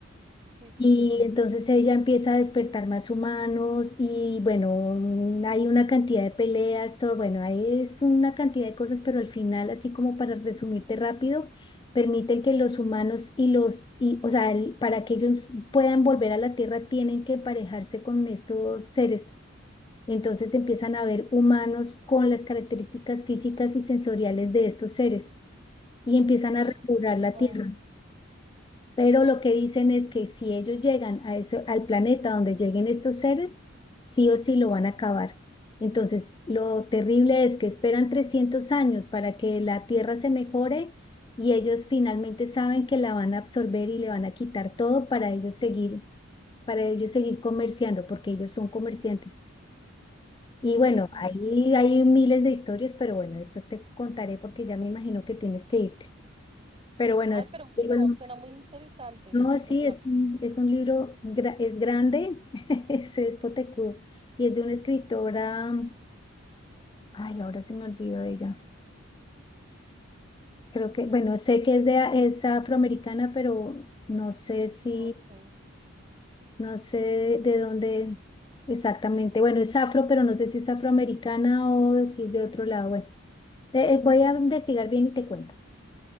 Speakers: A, on the right (about 25°); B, on the left (about 20°).
A: sí, sí,
B: Y
A: sí.
B: entonces ella empieza a despertar más humanos y bueno, hay una cantidad de peleas, todo, bueno, ahí es una cantidad de cosas, pero al final, así como para resumirte rápido, permiten que los humanos y los, y, o sea, el- para que ellos puedan volver a la Tierra tienen que emparejarse con estos seres. Entonces empiezan a ver humanos con las características físicas y sensoriales de estos seres y empiezan
A: ¡Ah!
B: a repoblar la
A: Oh,
B: Tierra. Pero lo que dicen es que si ellos llegan a ese, al planeta donde lleguen estos seres, sí o sí lo van a acabar. Entonces, lo terrible es que esperan 300 años para que la Tierra se mejore y ellos finalmente saben que la van a absorber y le van a quitar todo para ellos seguir, para ellos seguir comerciando, porque ellos son comerciantes. Y bueno,
A: ujú.
B: ahí hay miles de historias, pero bueno, después te contaré porque ya me imagino que tienes que irte. Pero bueno,
A: Ay,
B: después
A: pero
B: te digo el
A: bueno,
B: nombre
A: suena muy interesante.
B: no,
A: Me
B: sí,
A: gusta.
B: es un, es un libro, gra- es grande, <laughs> es, es potecudo y es de una escritora, ay, ahora se me olvidó de ella. Creo que, bueno, sé que es de, es afroamericana, pero no sé si,
A: Ok.
B: no sé de dónde exactamente. Bueno, es afro, pero no sé si es afroamericana o si es de otro lado. Bueno, eh, eh, voy a investigar bien y te cuento.